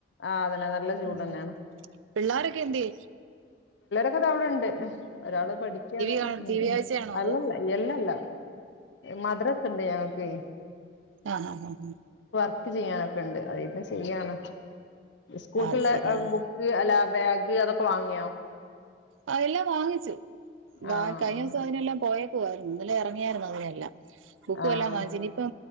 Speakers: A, on the left (about 70°); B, on the right (about 85°).
A: ആഹ് അതന്നെ നല്ല ചൂട്
B: ഉം
A: തന്നെയാണ്
B: പിള്ളാരൊക്കെ എന്തേ?
A: ക്കെ ദാ ഇവിടെണ്ട് ഒരാള് പഠിക്കാണ്
B: കാണ
A: ഉം
B: ടി വി
A: ഉം
B: കാഴ്ചയാണോ
A: അല്ല
B: അതോ
A: അല്ല എല്ലാംല്ല മദ്രസ ഉണ്ട് ഞങ്ങൾക്കെ
B: ആ ഹാ ഹാ ആ
A: ക്ക് ചെയ്യാനൊക്കെ ഉണ്ട് <unintelligible> ചെയ്യാണ് സ്കൂൾക്കുള്ള
B: ആഹ് അത് ശരിയ
A: അ
B: ആഹ്
A: ബുക്ക് അലാ ബാഗ് അതൊക്കെ വാങ്ങിയോ
B: അ എല്ലാം വാങ്ങിച്ചു വ
A: ആഹ്
B: കഴിഞ്ഞ ദിവസം അതിനെല്ലാം പോയ ഇലെ ഇറങ്ങിയായിരുന്നു അത്തിനല്ല ബുക്കെല്ലാം
A: ആഹ്
B: വാങ്ങിച്ചു ഇനി ഇപ്പൊ